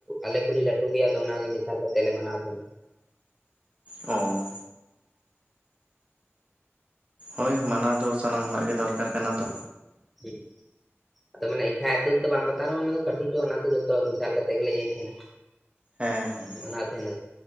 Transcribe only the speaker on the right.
ᱚ‌ ᱦᱳᱭ ᱢᱟᱱᱟᱣ ᱫᱚ ᱥᱟᱱᱟᱢ ᱦᱚᱲᱟᱜ ᱜᱮ ᱫᱚᱨᱠᱟᱨ ᱠᱟᱱᱟ ᱛᱚ᱾
ᱦᱮᱸ ᱦᱮᱸ